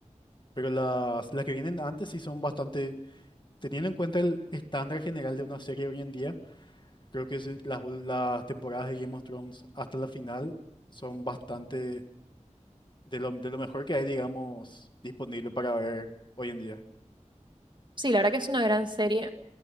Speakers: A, on the left; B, on the right.
A: Pero las, las que vienen antes sí son bastante, teniendo en cuenta el estándar general de una serie hoy en día Creo que sí, las, ul- las temporadas de Game of Thrones hasta la final son bastante de lo, de lo mejor que hay, digamos, disponible para ver hoy en día.
B: Sí, la verdad que es una gran serie.